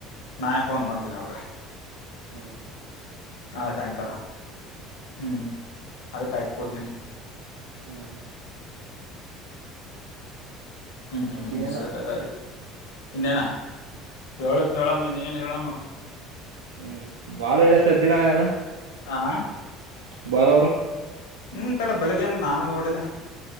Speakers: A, on the left; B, on the right.
A: ನಾನೇ ಫೋನ್ ಮಾಡ್ತೀನಿ ಅವರ್ಗ
B: ಹ್ಮ
A: ನಾಳೆ ಸಾಯಂಕಾಲ ಹ್ಮ್ ಅದಕ್ಕೆಾಯಕೋತೀನಿ
B: ಹ್ಮ
A: ಹ್ಮ್ ಹ್ಮ್
B: ಮತ್ತ ಇನ್ನೇನ
A: ಸರಿ ಇನ್ನೇನಾ ಜೇಲು ಕೆಳಮ ನೀ ಏನ್ ಹೇಳಾಮ
B: ಹ್ಮ್ ಬಾಳ ಹೇಳ ಸ್ದಿಲ್ಲನ ಅದ
A: ಆಾ
B: ಬರರು
A: ಹ್ಮ್ ಕಡೆ ಬೆಳಿಗ್ಗೆಯಂದ್ರ ನಾನು ನೋಡಿಲ್ಲ